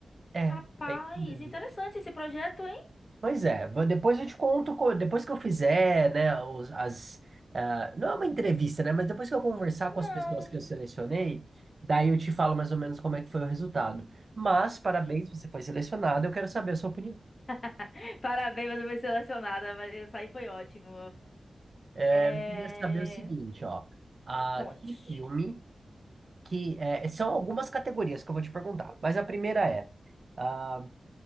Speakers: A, on the right (about 40°); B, on the left (about 35°).
A: é.
B: Rapaz,
A: é isso mesmo.
B: interessante esse projeto, hein?
A: Pois é, vou- depois eu te conto, co- depois que eu fizer, né, os- as, ah, não é uma entrevista, né, mas depois que eu conversar com as
B: Não.
A: pessoas que eu selecionei, daí eu te falo mais ou menos como é que foi o resultado. Mas, parabéns,
B: Sim.
A: você foi selecionado, eu quero saber a sua opinião.
B: <laughs> Parabéns, você foi selecionada. mas Essa aí foi ótimo.
A: É,
B: É...
A: eu queria saber o seguinte, ó, ah,
B: Conte.
A: que filme, que, é, são algumas categorias que eu vou te perguntar, mas a primeira é, ah,